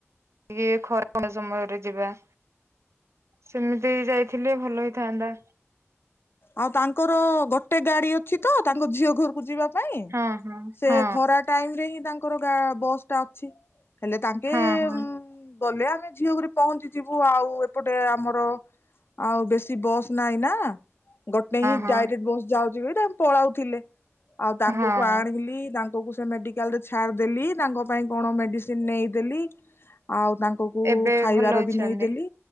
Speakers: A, on the right (about 65°); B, on the left (about 50°).
A: ଟିକେ ଖରାମ ସମୟରେ ଯିବା। ସେମିତିବି ଯାଇଥିଲେ ଭଲ ହେଇଥାନ୍ତା।
B: ଆଉ ତାଙ୍କର ଗୋଟେ ଗାଡି ଅଛିତ, ତାଙ୍କ ଝିଅ ଘରକୁ ଯିବା ପାଇଁ,
A: ହଁ ହଁ
B: ସେ
A: ହଁ
B: ଖରା ଟାଇମ୍ ରେ ହିଁ ତାଙ୍କର ଗାଁ ବସ୍ ଟା ଅଛି। ହେଲେ ତାଙ୍କେ
A: ହଁ ହଁ
B: ଉଁ, ଗଲେ ଆମେ ଝିଅ ଘରଃ ପହଞ୍ଚିଯିବୁ। ଆଉ ଏପଟେ ଆମର ଆଉ ବେଶୀ ବସ୍ ନାଇ ନା। ଗୋଟେ ହିଁ
A: ହଁ
B: ଡାଇରେକ୍ଟ ବସ୍ ଯାଉଚି ବୋଲିତ ପଳାଉଥିଲେ। ଆଉ ତାଙ୍କକୁ
A: ହଁ ହଁ
B: ଆଣିଲି, ତାଙ୍କକୁ ସେ ମେଡି ମେଡ଼ିକାଲରେ ଛାଡ଼ିଦେଲି, ତାଙ୍କ ପାଇଁ କଣ ମେଡିସିନ ନେଇଦେଲି। ଆଉ ତାଙ୍କକୁ
A: ଏବେ
B: ଖାଇବାର
A: ଭଲ ଅଛନ୍ତି
B: ବି ନେଇଦେଲି,